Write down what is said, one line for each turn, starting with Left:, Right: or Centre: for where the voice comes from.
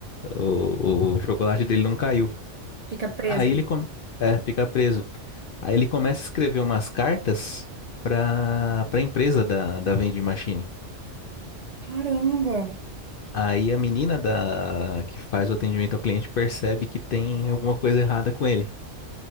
Left: o, o chocolate dele não caiu.
Right: Fica preso.
Left: Aí ele com- é, fica preso. Aí ele começa a escrever umas cartas pra, pra empresa da, da vending machine.
Right: Caramba.
Left: Aí a menina da que faz o atendimento ao cliente percebe que tem alguma coisa errada com ele